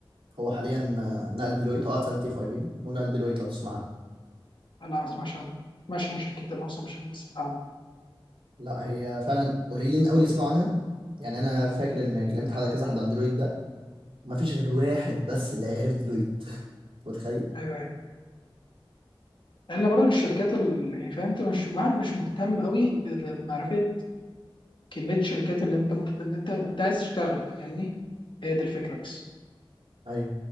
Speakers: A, on the right (about 70°); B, on the left (about 60°).
A: هو حاليا آه، نقل ديلويت هو قعد سنتين في اي بي ام ونقل ديلويت لو تسمع عنها.
B: لا ما اسمعش عنه ما اسمعش عن شركتي انا اصلا مش بس فاهم
A: لا هي فعلا قليلين قوي اللي سمعوا عنها يعني انا فاكر ان كلمت حد كذا حد عن ديلويت ده ما فيش غير واحد بس اللي عرف ديلويت متخيل
B: ايوه ايوه لان برضه الشركات ال... يعني فاهم انت مش بعد مش مهتم قوي ب- ب- بمعرفه كميه الشركات اللي انت ممكن تد... انت انت عايز تشتغل يعني هي دي الفكره بس
A: ايوه